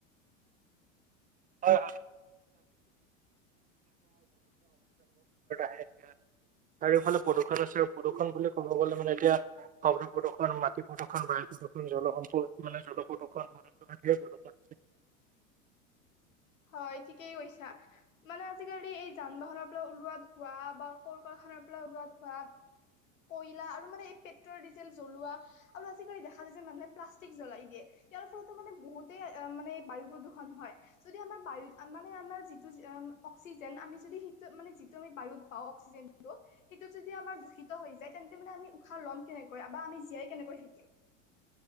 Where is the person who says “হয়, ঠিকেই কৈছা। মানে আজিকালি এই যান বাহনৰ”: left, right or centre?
Left